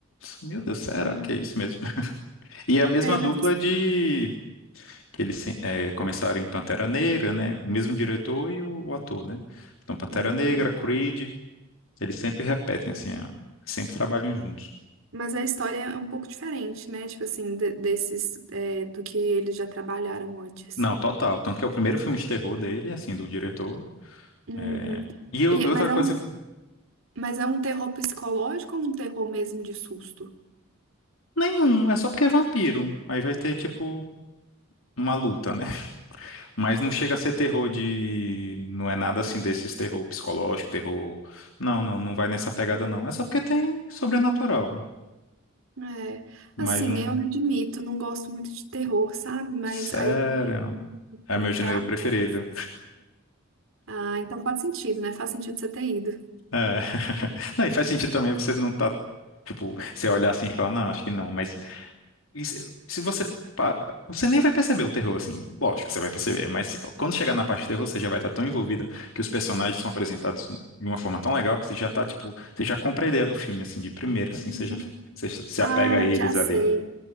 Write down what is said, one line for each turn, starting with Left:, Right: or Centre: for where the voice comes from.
Left: meu Deus, será
Right: Uhum.
Left: que é isso mesmo? <laughs> E é a mesma
Right: É,
Left: dupla
Right: mas.
Left: de que eles se- é, começaram em Pantera Negra, né? O mesmo diretor e o, o ator, né? Então, Pantera
Right: Uhum.
Left: Negra, Creed, eles sempre repetem assim, ó, sempre trabalham juntos.
Right: Mas a história é um pouco diferente, né? Tipo assim, de- desses, é, do que eles já trabalharam antes.
Left: Não, total. Tanto que é o primeiro filme de terror dele, assim, do diretor.
Right: Uhum.
Left: É, E eu-
Right: E
Left: outra
Right: é- mas é
Left: coisa,
Right: um,
Left: que-
Right: mas é um terror psicológico ou um terror mesmo de susto?
Left: nenhum, é só porque é vampiro. Aí vai ter, tipo, uma luta, né? <laughs> Mas não chega a ser terror de. Não é nada assim desses terror psicológico, terror. Não, não, não vai nessa pegada, não. É só porque tem sobrenatural.
Right: É,
Left: Mas
Right: assim,
Left: não.
Right: eu admito, não gosto muito de terror, sabe? Mas
Left: Sério.
Right: aí
Left: É
Right: num
Left: meu gênero
Right: pé atrás.
Left: preferido.
Right: Ah, então faz sentido, né? Faz sentido você ter ido.
Left: É. <laughs> Não, e faz sentido também você não tá. Tipo, você olhar assim e falar, não, acho que não. Mas E se se você. pa- Você nem vai perceber o terror, assim. Lógico que você vai perceber, mas quando chegar na parte de terror, você já vai estar tão envolvida que os personagens são apresentados de uma forma tão legal que você já tá, tipo, você já compra a ideia do filme, assim, de primeiro, assim,
Right: Uhum.
Left: você já você se
Right: Ah,
Left: apega a eles
Right: já sei.
Left: ali.